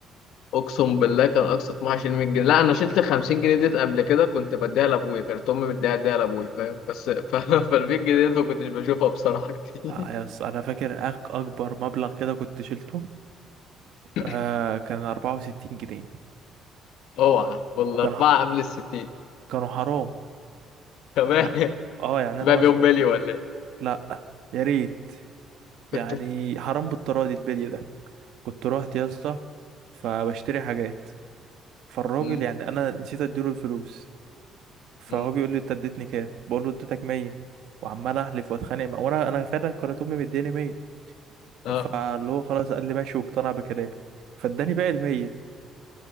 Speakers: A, on the left (about 75°); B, on the right (about 70°).
A: اقسم بالله كان اقصى 12 100 جنيه لا انا شلت 50 جنيه ديت قبل كده كنت بديها لابويا كانت امي مديها ديها لابويا فاهم بس ف... <laughs> فال 100 جنيه ديت ما كنتش بشوفها بصراحه كتير
B: آه، يس انا فاكر أك- اكبر مبلغ كده كنت شلته
A: <laughs>
B: آه كان 64 جنيه
A: اوعى والاربعه
B: وكان
A: قبل ال 60
B: كانوا حرام
A: كمان
B: يعني-
A: <laughs>
B: اه يعني
A: تبقى
B: انا مثلا
A: بيوم مالي ولا ايه
B: لا يا ريت يعني
A: <laughs>
B: حرام بالتراضي البلي ده كنت رحت يا اسطى فبشتري حاجات فالراجل
A: مم.
B: يعني انا نسيت اديله الفلوس فهو
A: مم.
B: بيقول لي انت اديتني كام بقول له اديتك 100 وعمال احلف واتخانق معاه وانا انا فعلا كانت امي مدياني 100
A: اه
B: فاللي هو خلاص قال لي ماشي واقتنع بكلامي فاداني باقي ال 100